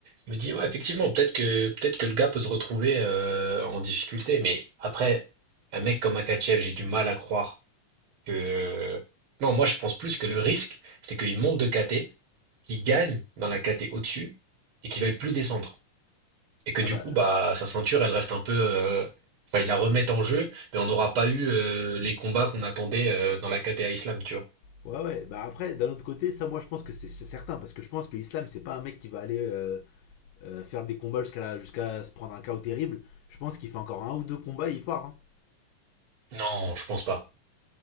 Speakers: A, on the right; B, on the left.
A: Je me dis, ouais, effectivement, peut-être que peut-être que le gars peut se retrouver euh, en difficulté, mais après, un mec comme Akachev, j'ai du mal à croire que. Non, moi je pense plus que le risque, c'est qu'il monte de KT, qu'il gagne dans la KT au-dessus et qu'il veuille plus descendre et que
B: Ah
A: du
B: bah.
A: coup, bah, sa ceinture, elle reste un peu. euh, Enfin, ils la remettent en jeu, mais on n'aura pas eu euh, les combats qu'on attendait euh, dans la KTA Islam, tu vois.
B: Ouais, ouais. Bah après, d'un autre côté, ça, moi, je pense que c'est c'est certain. Parce que je pense que l'islam, c'est pas un mec qui va aller euh, euh, faire des combats jusqu'à la- jusqu'à se prendre un chaos terrible. Je pense qu'il fait encore un ou deux combats et il part. hein.
A: Non, je pense pas.